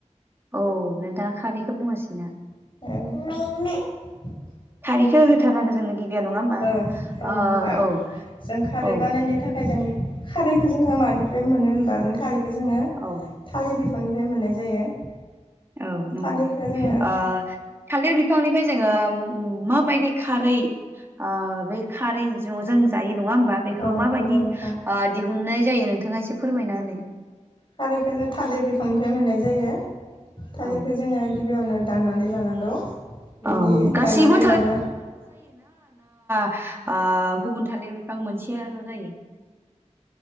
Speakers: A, on the right; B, on the left.
A: औ नोंथाङा खारैखौ बुङाासैना।
B: औ <inaudible>
A: खारिखखौ होथारनांगोन जों <unintelligible> गिबियाव नङा होमबा?
B: औ औ नोंथां
A: ओ औ
B: जों खारै
A: औ
B: बानायनो थाखाय जों खारैखौ जोङा मानिफ्राय मोनो होनबा जों खारैखौ जोङो थालिर
A: औ
B: बिफां बिफांनिफ्राय मोननाय जायो।
A: औ नंगौ
B: थालिरखौ जोङो
A: थालिर ओ थालिर बिफांनिफ्राय जोङो माबायदि खारै ओ बे खारै न' जायो। नङा होमबा बेखौ
B: औ
A: म बायदि
B: औ नोंथां
A: दिहनाय जायो नोंथाङा एसे फोरमायना हलाय।
B: खारैखौ जों थालिर बिफांनिफ्राय मोननाय जायो। थालिरखौ
A: औ
B: जोङो गिबियावनो दाननानै लानांगौ बिनि
A: औ गासैबो
B: दाननानै लाब्ला-
A: आ गुबुन थालिर बिफां मोनसेयाल' जायो।